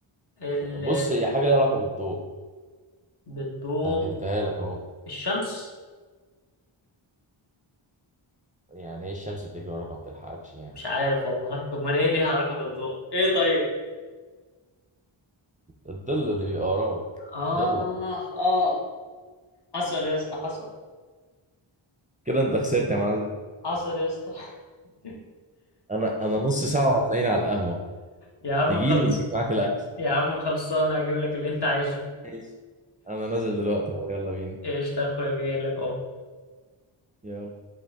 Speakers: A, on the left; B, on the right.
A: ال...
B: مش- بص هي حاجة ليها علاقة بالضوء
A: بالضوء
B: سهلتها لك اهو
A: الشمس
B: يعني ايه الشمس بتجري وراك ما بتلحقكش يعني
A: مش عارف والله امال ايه ليها علاقة بالضوء ايه طيب
B: الظل اللي بيبقى وراك
A: اه
B: ضلك
A: اه حصل يا اسطى حصل
B: كده انت خسرت يا معلم
A: حصل يا اسطى <laughs>
B: انا انا نص ساعة وهتلاقيني على القهوة
A: يا عم
B: تجيلي
A: خلص
B: وتجيب معاك الاكل
A: يا عم خلصانه هجيب لك اللي انت عايزه
B: ماشي انا نازل دلوقتي اهو يلا بينا
A: ايش يا اخويا جاي لك اهو
B: يلا